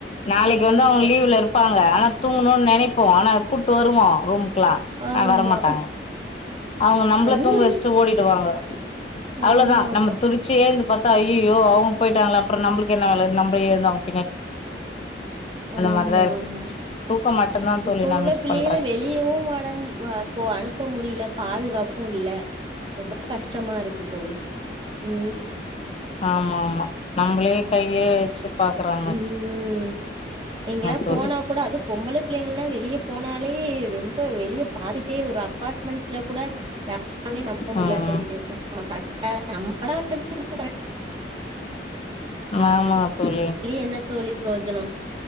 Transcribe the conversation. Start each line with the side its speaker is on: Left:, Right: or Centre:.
Left: நாளைக்கு
Right: ஆமா,
Left: வந்து அவுங்க லீவ்ல இருப் பாங்க ஆனா தூங்கணுன் நெனைப்போ ஆனா கூட்டு வருவோ ரூம் க்குலா
Right: ஆமா.
Left: ஆனா வரமாட்டாங்க அவுங்க நம்பள
Right: அதுவும்
Left: தூங்க வச்சுட்டு ஓடிடுவாங்க அவ்ளதா
Right: ஆமாமா.
Left: நம்ம துடிச்சு‌ ஏந்து பாத்தா ஐயையோ அவுங்க போயிட்டாங்லே அப்ற நம்பளுக்கு என்ன வேலன் நம்ம எழுந்து அவுங்
Right: ஆமா
Left: மாரிதா இருக்கு
Right: ஆமா
Left: தூக்கம் மட்டுந்தா தோழி
Right: இப்ப
Left: நா
Right: உள்ள
Left: மிஸ்
Right: பிள்ளைகள
Left: பண்றே
Right: வெளியவு வடம் வ போ அனுப்ப முடில பாதுகாப் புல்ல ரொம்ப கஷ்டமா இருக்கு தோழி அது
Left: ஆமா ஆமா நம்மளே கையிலே வச்சு பாக்குறா
Right: ம்ம் எங்காது
Left: தோழி
Right: போனா கூட அது பொம்பள பிள்ளைங்கல்லா வெளிய போனாலே ரொம்ப வெளிய பாதிட் டீ ஒரு அபாட்மெண்ட்ஸ்ல கூட எல்லாமே நம்ப முடியாது
Left: ம்
Right: நம் ம கரெக்ட் கரெக்டா நம்ம தா இருந்து கரெட்
Left: ஆமா தோழி
Right: என்ன தோழி பிரோஜனோ